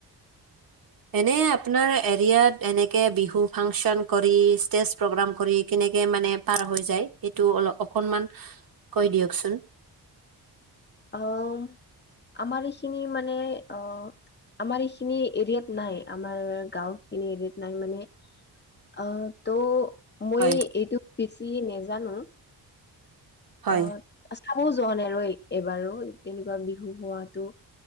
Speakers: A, on the right; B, on the left.
A: এনে আপোনাৰ এৰিয়াত এনেকে বিহু ফাংচন কৰি, ষ্টেজ প্ৰগ্ৰাম কৰি কেনেকে মানে পাৰ হৈ যায় সেইটো অলপ অকনমান কৈ দিয়কচোন।
B: অউম আমাৰ এইখিনি মানে অ আমাৰ এইখিনি এৰিয়াত নাই। আমাৰ গাওঁখিনি এৰিয়াত নাই মানে অ ত' মই
A: হয়
B: এইটো বেছি নেজানো।
A: হয়,
B: অ চাবও যোৱা নাই আৰু এইবাৰো তেনেকুৱা বিহু হোৱাতো।